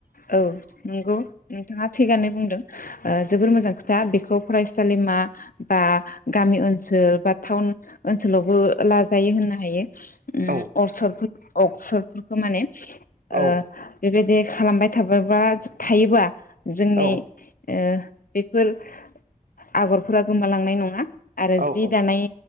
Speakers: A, on the left (about 80°); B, on the right (about 85°).
A: औ नंगौ नोंथाङा थिगानो बुंदों ओ जोबोर मोजां खोथा बेखौ फरायसालिमा बा गामि ओनसोल बा टाउन ओनसोलावबो लाजायो होननो हायो। उम
B: औ
A: अरसरफो अक्सरफोरखौ माने ओ
B: औ
A: बेबायदि खालामबाय थाबायबा थायोबा जोंनि
B: औ
A: ओ बेफोर आगरफोरा गोमालांनाय नंङा आरो
B: औ
A: जि
B: औ
A: दानाय